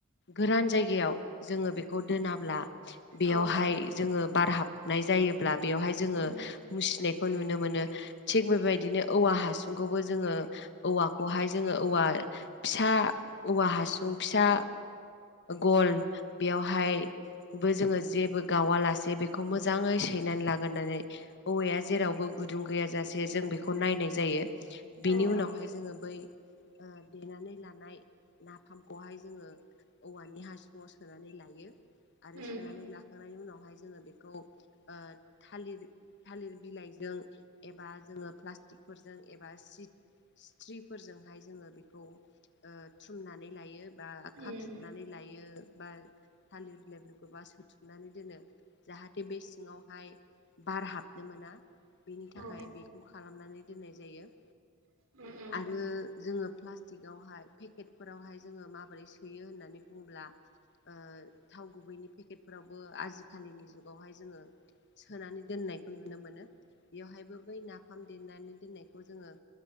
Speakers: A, on the left (about 50°); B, on the right (about 60°).
A: गोरान जायगायाव जोङो बेखौ दोनाब्ला बेयावहाय
B: औ
A: जोङो बार हाबनाय जायोब्ला बेयावहाय जोङो
B: उम
A: मुसिनाय खौ नुनो मोनो। थिग बेबायदिनो औवा हासुंखौबो जोङो औवाखौहाय जोङो औवा फिसा औवा हासुं फिसा गल बेयावहाय बो जोङो जेबो गावा लासे बेखौ मोजाङै सैनानै लाग गोरनानै औवाया जेरावबो गुदुं गैयाजासे जों बेखौ नायनाय जायो बेनि
B: औ
A: उनावहाय जोङो बै ओ देनानै लानाय नाफामखौहाय जोङो औवानि हासुंआव सोनानै लायो। आरो
B: उम
A: सोनानै लाखांनायनि उनावहाय जोङो बेखौ ओ थालिर थालिर बिलाइजों एबा जोङो प्लास्टिकफोरजों एबा सिथ स्थ्रिफोरजोंहाय जोङो बेखौ ओ थुमनानै लायो बा
B: उम
A: खाथुबनानै लायो। बा थालिर बिलाइफोरखौ बा सोथुमनानै दोनो जाहाथे बे सिङावहाय बार हाबनो मोना बेनि थाखाय
B: औ
A: बेखौ खालामनानै दोननाय जायो।
B: <inaudible>
A: आरो जोङो प्लास्टिकआवहाय पेकेटफोरावहाय जोङो माबोरै सोयो होननानै बुङोब्ला ओ थाव गुबैनि पेकेटफोरावबो आजिखालिनि जुगावहाय जोङो सोनानै दोननायखौ नुनो मोनो। बेवहायबो बै नाफाम देनानै दोननायखौ जोङो